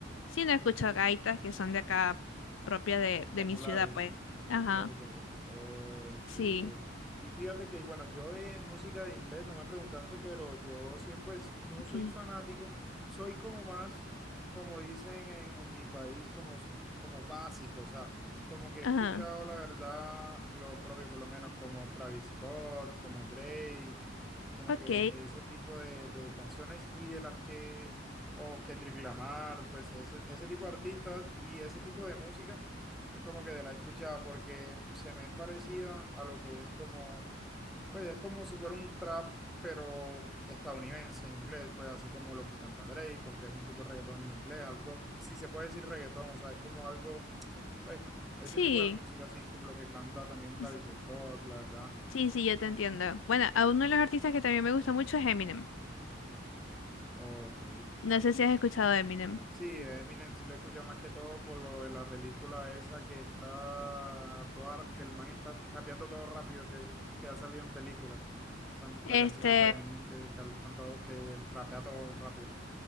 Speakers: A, on the left; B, in the centre.
A: si no escucho gaitas que son de acá propia de, de
B: Populares,
A: mi ciudad, pues.
B: las populares
A: Ajá,
B: de allá. Ok,
A: sí,
B: ok. Y fíjate que, bueno, yo de música de inglés no me preguntaste, pero yo sí, pues no
A: okay
B: soy fanático, soy como más, como dicen en, en mi país, como, s- como básico, o sea, como que he
A: Ajá,
B: escuchado la verdad lo propio, por lo menos como Travis Scott, como Drake, como
A: ok,
B: que ese tipo de, de canciones y de las que, o Kendrick Lamar, pues ese, ese tipo de artistas y ese tipo de música es como que de la he escuchado porque se me es parecida a lo que es como, pues es como si fuera un trap, pero estadounidense en inglés, pues así como lo que canta Drake, o que es un tipo de reggaetón en inglés, algo, si se puede decir reggaetón, o sea, es como algo, pues ese
A: sí,
B: tipo de música, así como lo que canta también Travis
A: s-
B: Scott, la verdad.
A: sí, sí, yo te entiendo. Bueno, a uno de los artistas que también me gusta mucho es Eminem.
B: Ok.
A: No sé si has escuchado de Eminem.
B: Sí, Eminem sí lo he escuchado más que todo por lo de la película esa que está toda, que el man está rapeando todo rápido que, que ha salido en películas. Tan-
A: Este,
B: La canción esa de Eminem que, que, al- tanto- que rapea todo rápido.